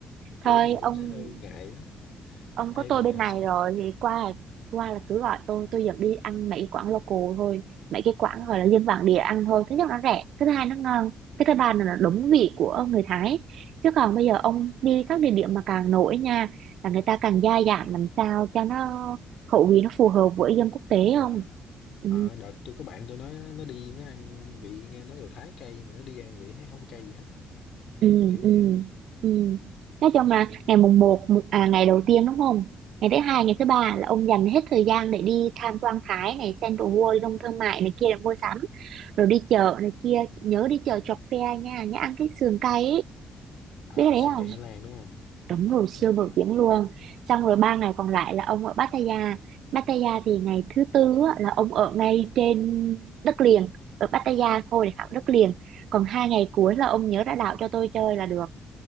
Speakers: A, on the right (about 75°); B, on the left (about 75°).
A: thôi
B: kiểu mình cũng
A: ông
B: sẽ hơi ngại á.
A: ông
B: Ê
A: có tôi
B: mà
A: bên này
B: sao
A: rồi thì qua là qua là cứ gọi tôi tôi dẫn đi ăn mấy quán
B: vậy?
A: local thôi mấy cái quán gọi là dân bản địa ăn thôi thứ nhất nó rẻ cái thứ hai nó ngon cái thứ ba là nó đúng vị của người Thái chứ còn bây giờ ông đi các địa điểm mà càng nổi nha là người ta càng gia giảm làm sao cho nó khẩu vị nó phù hợp với dân quốc tế
B: Ờ,
A: không ừ.
B: À, đợt tôi có bạn tôi nói nó nó đi nó ăn vị nghe nói đồ Thái cay nhưng mà nó đi ăn vị thấy không cay gì hết
A: ừ
B: kiểu
A: ừ
B: vậy á.
A: ừ nói chung là ngày mùng một à, ngày đầu tiên đúng không ngày thứ hai ngày thứ ba
B: Ờ,
A: là ông dành hết thời gian để đi tham quan Thái này Central World Đông Thương mại này kia để mua sắm rồi đi chợ
B: ờ.
A: này kia nhớ đi chợ chọc phe nha nhớ ăn cái sườn cay ấy
B: à
A: biết cái đấy
B: sườn
A: không
B: cay Thái Lan đúng không
A: đúng rồi siêu
B: à
A: nổi
B: biết
A: tiếng luôn xong rồi ba ngày còn lại là ông ở Pattaya Pattaya thì ngày thứ tư á, là ông ở ngay trên đất liền ở Pattaya thôi để khảo đất liền còn hai ngày cuối là ông nhớ ra đảo cho tôi chơi là được